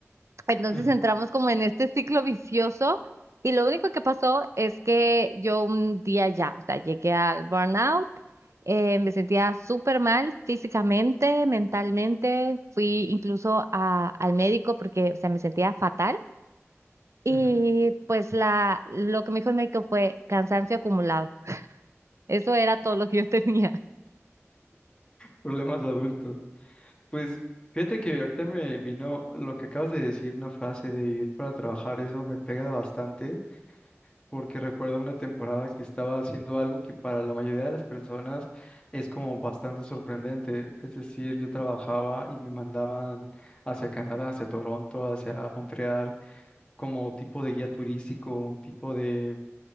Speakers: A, on the right; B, on the left.
A: Entonces
B: Ujú,
A: entramos como en este ciclo vicioso y lo único que pasó es que yo un día ya, o sea, llegué al burnout, eh, me sentía súper mal físicamente, mentalmente, fui incluso a- al médico porque, o sea, me sentía fatal y
B: ujú.
A: pues la, lo que me dijo el médico fue cansancio acumulado. Eso era todo lo que yo tenía.
B: problemas de adultos. Pues fíjate que ahorita me vino lo que acabas de decir, una frase de vivir para trabajar, eso me pega bastante porque recuerdo una temporada que estaba haciendo algo que para la mayoría de las personas es como bastante sorprendente. Es decir, yo trabajaba y me mandaban hacia Canadá, hacia Toronto, hacia Montreal, como tipo de guía turístico, un tipo de,